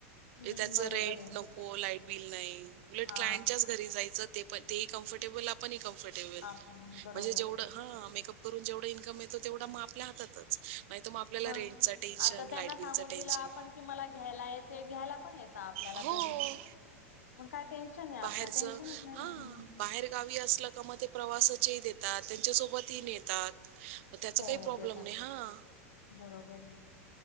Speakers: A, on the left; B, on the right.
A: हम्म
B: त्याच
A: बरोबर
B: रेंट
A: आहे
B: नको लाईट बिल नाही उलट
A: हा
B: क्लायंटच्याच घरी जायचं. ते तेही कम्फर्टेबल आपण कम्फर्टेबल
A: आपण पण बरोबर
B: म्हणजे जेवढं
A: आहे
B: ह मेकअप करून जेवढा इन्कम येतो तेवढा आपल्या हातातच. नाही तर मग आपल्याला
A: म
B: रेंटचं टेन्शन,
A: आता त्यांना
B: लाईट
A: सांगून
B: बिलचं टेन्शन
A: दिलं आपण कि मला घ्यायला ते घ्यायला पण येत आपल्या
B: हो.
A: घरी काय टेशन आहे? आपला
B: हा
A: टेन्शनच नाही ना हम्म
B: बाहेर गावी अस प्रवासा देतात त्यांच्या सोबतही नेतात. मग त्याचा
A: हो
B: काही प्रॉब्लेम
A: देताना
B: नाही हां.
A: बरोबर आहे